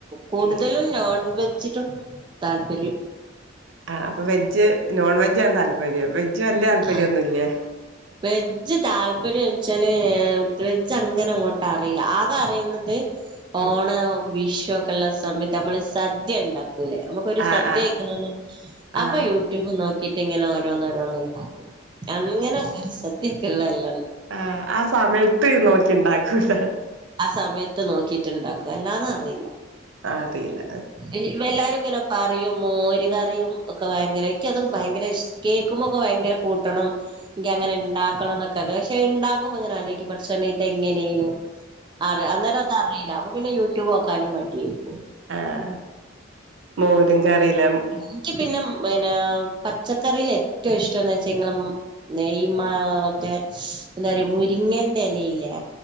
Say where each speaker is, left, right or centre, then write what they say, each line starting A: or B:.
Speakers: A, on the right (about 25°); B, on the right (about 70°).
A: കൂടുതലും
B: ഉം
A: നോൺ വെജിനും താല്പര്യം
B: ആ അപ്പൊ വെജ് നോൺ വെജ് ആണ് താല്പര്യം വെജ് വലിയ താല്പര്യന്നുല്ലേ
A: ആഹ് വെജ് താല്പര്യം വെച്ചാല് ഏ വെജ് അങ്ങനെ അങ്ങോട്ട് അറീല്ല ആകെ അറിയുന്നത് ഓണോ
B: ഉം
A: വിഷു ഒക്കെ ഉള്ള സമയത്ത് നമ്മള് സദ്യ ഉണ്ടാക്കും ല്ലെ നമുക്കൊരു
B: ആഹ്
A: സദ്യ
B: ആഹ്
A: കയിക്കണന്നു അപ്പൊ
B: ആഹ്
A: യൂട്യൂബുംനോക്കിട്ട് ഇങ്ങനെ ഓരോന്ന് ഓരോന്ന് ണ്ടാക്കും അങ്ങനെ ഒരു സദ്യക്കുള്ള എല്ലാണ്ട്
B: ആഹ് ആ സമയത്ത് നോക്കിണ്ടാക്കൂല്ലേ
A: ആ സമയത്ത് നോക്കിയിട്ട്ണ്ടാക്കും അല്ലാതെ അറിയില്ല
B: അദീല്ല
A: ഈ വല്ലാരും ങ്ങനോ പറിയും മോര്കറിയും ഒക്കെ ഭയങ്കര ഇക്ക് അത് ഭയങ്കര ഇഷ് കേക്കുമ്പോക്കെ ഭയങ്കര കൂട്ടണം ഇന്ക്ക് അങ്ങനെണ്ടാക്കണം എന്നൊക്കെ പക്ഷെ ഉണ്ടാക്കുമ്പോങ്ങനാ ആലോയ് ക്കും പടചോനെ ഇത് എങ്ങനെനു അറ അന്നേരം ഒന്നും അറീല്ല അപ്പൊ പിന്നെ യൂട്യൂബ് നോക്കാനും മടിയേക്കും
B: ആഹ് മോരും കറിലെ
A: ഇന്ക്ക് പിന്നെ പിനെ പച്ചക്കറില് ഏറ്റവും ഇഷ്ടം എന്ന് വെച്ച ങ്ങളം നെയ്മ മറ്റേ എന്താറ്യ മുരിങ്ങന്റെ എലയില്ലേ